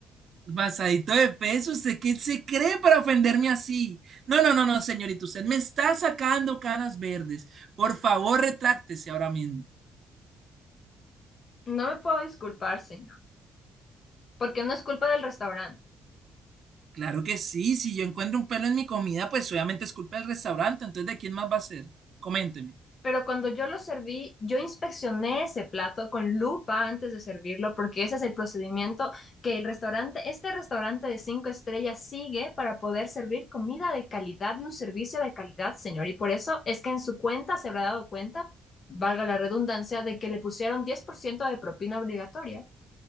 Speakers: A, on the right; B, on the left.
A: Pasadito de peso, ¿usted qué se cree para ofenderme así? No, no, no, no, señorita, usted me está sacando canas verdes. Por favor, retráctese ahora mismo.
B: No me puedo disculpar, señor, porque no es culpa del restaurante.
A: Claro que sí, si yo encuentro un pelo en mi comida, pues obviamente es culpa del restaurante, entonces ¿de quién más va a ser? Coménteme.
B: Pero cuando yo lo serví, yo inspeccioné ese plato con lupa antes de servirlo, porque ese es el procedimiento que el restaurante, este restaurante de cinco estrellas sigue para poder servir comida de calidad y un servicio de calidad, señor. Y por eso es que en su cuenta se habrá dado cuenta, valga la redundancia, de que le pusieron 10% de propina obligatoria.